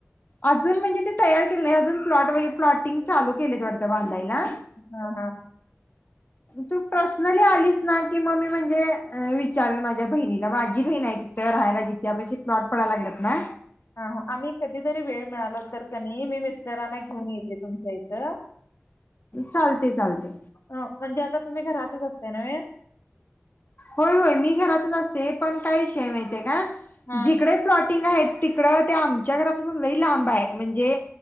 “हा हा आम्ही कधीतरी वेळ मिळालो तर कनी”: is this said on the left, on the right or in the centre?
Left